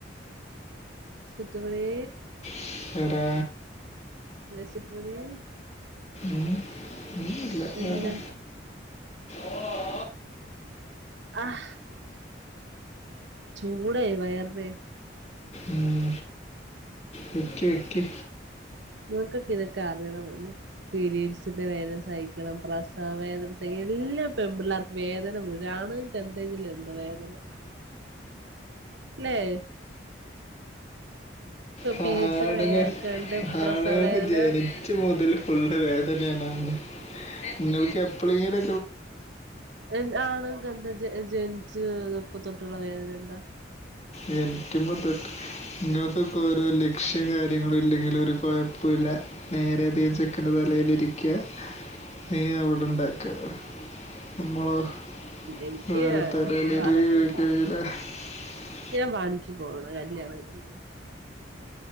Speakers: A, on the right; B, on the left.
A: സുത്തുമണി
B: ശ്ശെടാ
A: ചുറ്റുമണി
B: ഉം ഒന്നും ഇല്ല
A: പിന്നെ
B: വേറെ ഓഓ
A: ആ് ചൂടെ വയറുതെ
B: ഉം വെക്ക് വെക്ക്
A: നിങ്ങൾക്കൊക്കെ ഇതൊക്കെ അറിയണംമെന്നു പീരീഡ്സ് അച്ഛന്റെ വേദന സഹിക്കണം പ്രസവവേദന സഹിക്കണം എല്ലാപെമ്പിള്ളേർക്കും വേദന മുഴാണ് എന്തെങ്കിലും എന്തോ വേദന ഇല്ലേ
B: ഹണുകൾഹാണുകൾക്ക്
A: പീരീഡ്സിന്റെ വേദന ഞങ്ങക്ക്ണ്ട് പ്രസവ വേദന
B: ജനിച്ചു മുതൽ ഫുള്ള് വേദനയാണ് നിങ്ങക്ക് എപ്പഴ ഇങ്ങനെ
A: എ ആണ് ഗധ ജ ജനിച്ചപ്പ തൊട്ട് ട്ടുള്ള വേദന എന്താ?
B: ജനിക്കുമ്പോ തൊട്ട് നിങ്ങൾക്കൊക്കെ ഓരോ ലെക്ഷ്യോം കാര്യങ്ങളും ഇല്ലെങ്കിലും ഒരു കൊയോപ്പല്ല നേരെ ചെക്കന്റെ തലേലിരി <unintelligible> നീ അവിടെണ്ടാക്കാ. നമ്മള് <unintelligible>
A: എനിക്ക് അത് പറയുന്നില്ല ഞാൻ വാണിക്ക് പോണ് കല്യാണം കഴി പിന്നെ